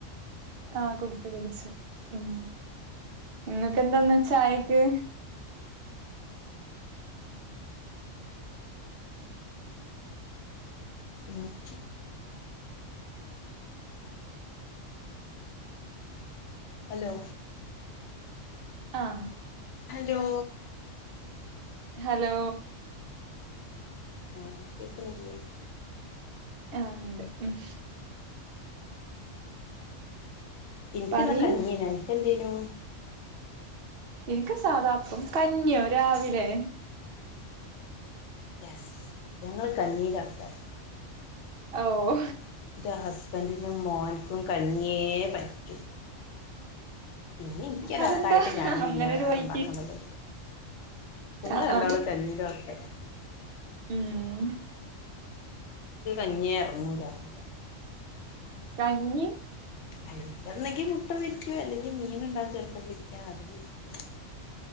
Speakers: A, on the right; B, on the left.
A: ആ കുടിച്ചു കുടിച്ചു ഉം നിങ്ങക്കെന്താന്ന് ചായക്ക്
B: നിക്ക് ഹലോ
A: ആഹ്
B: ഹലോ
A: ഹലോ
B: ആ ക്കേക്ക്നില്ലെ
A: ആണ്ട് ഉം
B: ഇനിക്ക്ന്ന്
A: പറയ്
B: കഞ്ഞിയർന്നു അനക്കെന്തെ ർന്നു
A: ഇനിക്ക് സാദാപ്പം കഞ്ഞിയോ രാവിലെ
B: യെസ് ഞങ്ങള് കഞീന്റെ ആൾക്കാര
A: ഓഹ്
B: ൻ്റെ ഹസ്ബൻഡിനും മോനിക്കും കഞ്ഞിയേ പറ്റൂ പിന്നെ എനിക്കൊരാൾക്കായിട്ട്
A: അതെന്താ
B: ഞാനും പിന്നെ
A: അങ്ങനെ ഒരു
B: വേറെ
A: വഴിക്ക്
B: ഉണ്ടാക്കണ്ടല്ലേ ഞങ്ങള്
A: ആ
B: രണ്ടാളും
A: ആ
B: കഞ്ഞീന്റെ ആൾക്കാരാ
A: ഉം
B: ക്ക് കഞ്ഞിയേ ഇറങ്ങൂ രാവിലെ
A: കഞ്ഞിം
B: കഴിക്കന്നെങ്കി മുട്ട പൊരിക്കും അല്ലെങ്കിൽ മീന് ണ്ടാവും ചിലപ്പോപൊരിക്കാം അത്‌ പൊരിക്കും